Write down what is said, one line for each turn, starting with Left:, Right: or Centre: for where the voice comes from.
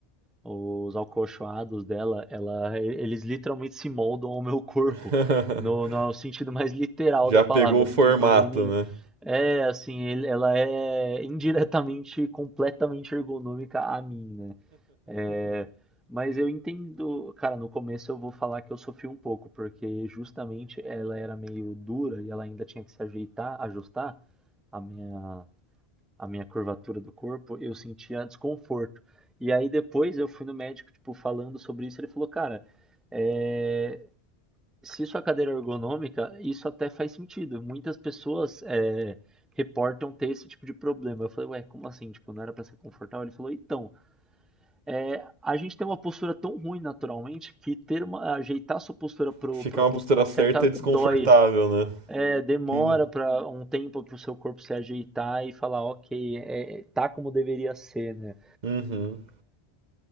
Centre: os acolchoados dela, ela, e- eles literalmente se moldam ao meu corpo,
Right: <laughs>
Centre: no, no sentido mais literal
Right: Já
Centre: da palavra,
Right: pegou o
Centre: eu
Right: formato,
Centre: não tenho problema nenhum.
Right: né?
Centre: É, assim, ele- ela é indiretamente, completamente ergonômica a mim, né? É, mas eu entendo, cara, no começo eu vou falar que eu sofri um pouco, porque justamente ela era meio dura e ela ainda tinha que se ajeitar, ajustar a minha, a minha curvatura do corpo, eu sentia desconforto. E aí depois eu fui no médico, tipo, falando sobre isso, ele falou, cara, é, se sua cadeira é ergonômica, isso até faz sentido. Muitas pessoas é, reportam ter esse tipo de problema. Eu falei, ué, como assim? Tipo, não era pra ser confortável? Ele falou, então. É, a gente tem uma postura tão ruim naturalmente que ter uma, ajeitar sua postura para
Right: Ficar
Centre: a
Right: uma
Centre: postura
Right: postura certa
Centre: certa
Right: é
Centre: dói.
Right: desconfortável, né?
Centre: É, demora
Right: Sim.
Centre: para um tempo para o seu corpo se ajeitar e falar, ok, é, tá como deveria ser, né?
Right: Uhum.